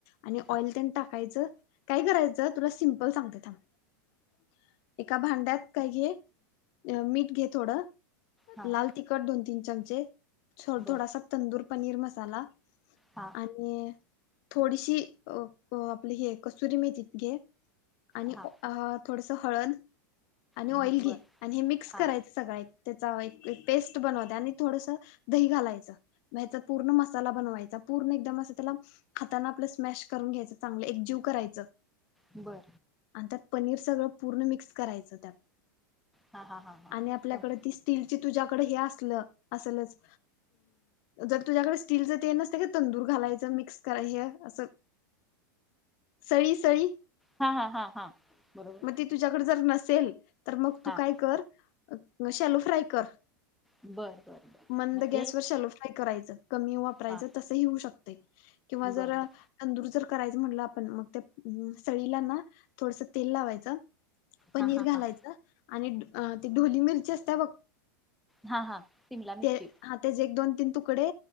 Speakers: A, on the left; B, in the centre.
A: आणि
B: हा
A: ऑइल त्यांनी टाकायचं काय करायचं तुला सिंपल सांगते थांब -- एका भांड्यात काय घे? मीठ घे थोडं
B: हा
A: लाल तिखट दोन तीन चमचे, थोडासा
B: बरं
A: तंदूर पनीर मसाला, साला,
B: हा
A: आणि -- थोडीशी अ आपली हे कसुरी मेथी घे. आणि
B: हा
A: अ -- थोडंसं हळद आणि ऑइल
B: बर
A: घे आणि हे मिक्स करायचं
B: हा
A: सगळ -- त्याचा एक पेस्ट बनवते आणि थोडस दही घालयच नाहीतरं पूर्ण मसाला बनवायचा, पूर्ण एकदम असं त्याला हाताान आपलं स्मॅश करून घ्यायच चांगलं एकजीव करायचं.
B: बर
A: आणि त्या पनीर- - सगळं पूर्ण मिक्स -- करायचं त्यात
B: हा हा हा हा
A: आणि आपल्याकडे
B: हा
A: ती स्टीलची तुझ्याकडे हे अस- - असलच जर तुझ्याकडे स्टीलच ते नसतय काय ते तंदूर घालायच मिक्स कराय ह अस सळी - सळी
B: हा हा हा हा. बरोबर
A: मग ते तुझाकडे जर नस- - सेलं -- तर मग तू
B: हा
A: काय कर -- शेलो फ्राय कर.
B: बर बर बर
A: मंद
B: म्हणजे
A: गॅसवर शलो फ्राय करायच कमी वापरायचं
B: हा
A: तसही होऊ शकतय किंवा
B: बर
A: जर
B: बर
A: तंदूर जर -- करायच म्हटलं आपण मग सळीला ना थोडसं- - तेल लावायचं. पनीर
B: हा हा
A: घालायचं
B: हा
A: -- आणि ढ ते ढोली मिरची असत्या बघ --
B: हा हा शिमला मिरची
A: ते हा तेच एक दोन तीन तुकडे